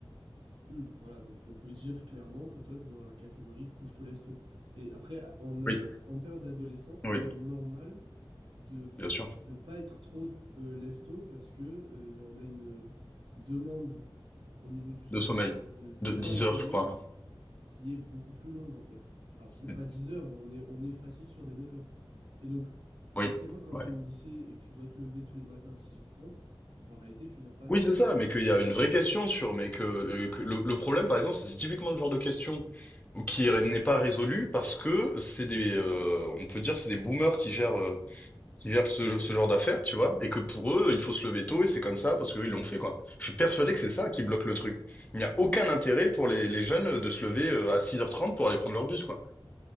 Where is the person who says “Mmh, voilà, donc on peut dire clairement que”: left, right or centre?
Right